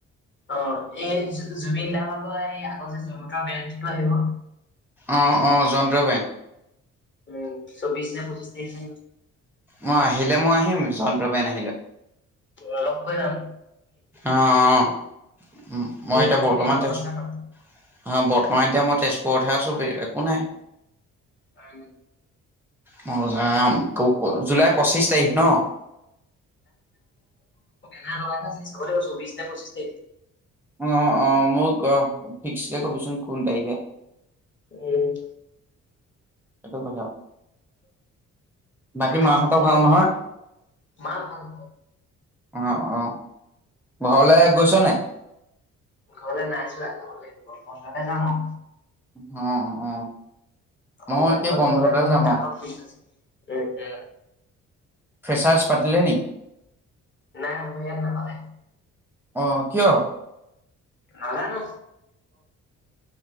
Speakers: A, on the left; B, in the centre.
A: অ এই জুবিন দা ভাগৰ এই আগতে যে জন্ম তা বেনটিটো আহিব
B: অ', অ', যন্ত্ৰবেন
A: উম চৌবিছ নে পঁচিছ ন <inaudible>
B: মই আহিলে মই আহিম জন্ত্ৰমণ আহিলে
A: অ অ যাম।
B: অ অ উম
A: ফোন
B: মই
A: এটা
B: এতিয়া
A: কৰিবি
B: বৰ্তমানছো
A: একেলগত
B: অ
A: যাম আৰু।
B: বৰ্তমান এতিয়া মই তেজপুৰতহে আছো একো নাই
A: হয়।
B: মই যাম। জুলাই পঁচিশ তাৰিখ ন।
A: ন লগ আছিল চাব লাগিব চৌবিশ নে পঁচিছ তে
B: অ অ মোক অ ফিক্সকে কবিচোন কোন তাৰিখে?
A: উম
B: এইটো কথা বাকী
A: ভাত
B: মাহঁতৰ
A: খাই,
B: ভাল নহয়?
A: মাৰ ভাল।
B: অ অ ঘৰলৈ গৈছ নাই
A: ঘৰলে নাই যোৱা যাব লাগিব বন্ধতে যাম আও।
B: অ অ
A: গৰম
B: মই
A: বন্ধত
B: একে বন্ধতে
A: ঘৰলে গৈ
B: যাম
A: তাৰপাক
B: আৰু
A: ফি আছে উম হ।
B: ফেচাৰ্ছ পাতিলে
A: নাই আমি ইয়াত নাপাতে
B: অ', কিয়?
A: নাজানো